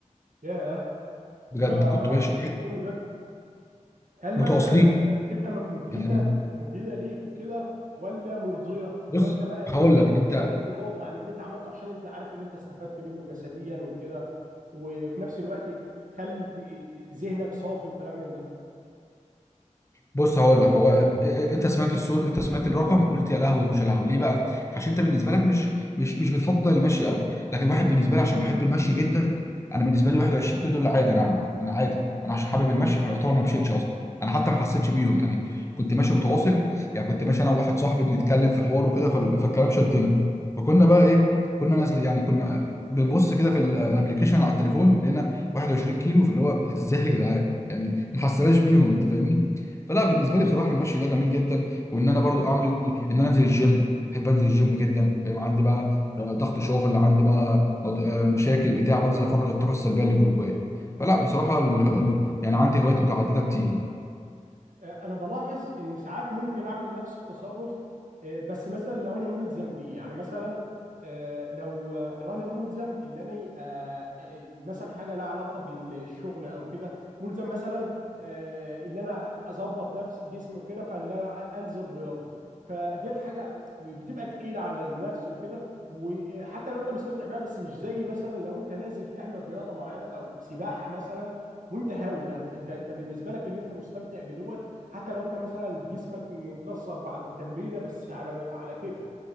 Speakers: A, on the right; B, on the left.
A: ياه
B: بجد
A: ده
B: كنت
A: 21
B: ماشي
A: كيلو ده هل
B: متواصلين
A: مثلا بتبقى م- مجهدة
B: يعني
A: مجهدة ليك وكده ولا مرضية اللي
B: بص
A: هو انت بقى ايه
B: هقول
A: مشات
B: لك انت
A: البتاع ده وراضي عن اللي انت عملته عشان انت عارف اللي انت استفدت منه جسديا وكده وفي نفس الوقت خلت ذهنك صافي وكلام من ده
B: بص هقول لك هو إيه، إيه، انت سمعت الصوت انت سمعت الرقم قلت يا لهوي مش يا لهوي ليه بقى عشان انت بالنسبه لك مش مش مش بتفضل المشي قوي لكن واحد بالنسبه لي عشان بيحب المشي جدا انا بالنسبه لي 21 كيلو دول عادي انا انا عادي انا عشان حابب المشي فيعتبر ما مشيتش اصلا انا حتى ما حسيتش بيهم يعني كنت ماشي متواصل يعني كنت ماشي انا وواحد صاحبي بنتكلم في حوار وكده فال- فالكلام شدنا فكنا بقى ايه كنا نازل يعني كنا بنبص كده في الابلكيشن على التليفون لقينا 21 كيلو فاللي هو ازاي يا جدعان يعني ما حسناش بيهم انت فاهمني فلا بالنسبه لي بصراحه المشي ده جميل جدا وان انا برضو اعمل ان انا انزل الجيم بحب انزل الجيم جدا فاهم؟ عندي بقى بقى ضغط شغل عندي بقى بض- آه، مشاكل بتاع بنزل افرغ الطاقه السلبيه اللي جوايا فلا بصراحه ال... ال- يعني عندي هوايات متعدده كتير
A: آه، انا بلاحظ ان ساعات ممكن اعمل نفس التصرف آه، بس مثلا لو انا ملزم بيه يعني مثلا آه، لو لو انا ملزم ان انا آه، آه، مثلا حاجه لها علاقه بالشغل او كده ملزم مثلا آه، ان انا اظبط نفسي جسمي وكده فان انا انزل رياضه فديت حاجه بتبقى تقيله على النفس وكده وحتى لو انت مستمتع بيها بس مش زي مثلا لو انت نازل تعمل رياضه معينه او سباحه مثلا وانت هاوي ده انت انت بالنسبه لك اللي انت مستمتع بدوت حتى لو انت مثلا جسمك متكسر بعد التمرينه بس على على كيفك